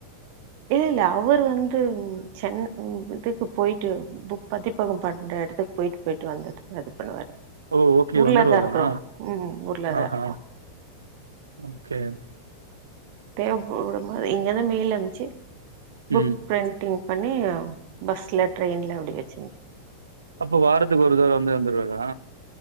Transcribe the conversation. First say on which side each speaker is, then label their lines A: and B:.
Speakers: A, on the right; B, on the right.
A: இல்ல அவரு வந்து சென் இதுக்கு போயிட்டு பதிப்பகம் பண்ற எடத்துக்கு போயிட்டு போயிட்டு வந்துட்டு அது பண்ணுவாரு
B: ஓ ஓகே
A: ஊர்லதா
B: வந்துருவார
A: இருக்குறோ
B: அஹ
A: ம் ஊர்லதா
B: ஆஹா
A: இருக்கோ
B: ம் சேர்
A: ட்டே ஊருலந்து இங்க இருந்து மேயில் அம்முச்சு புக்
B: ம்.
A: பிரிண்டிங் பண்ணிய பஸ்ல ட்ரெயின்ல அப்டி வெச்சு
B: அப்ப வாரத்துக்கு ஒரு தட வந்து வந்துருவாரா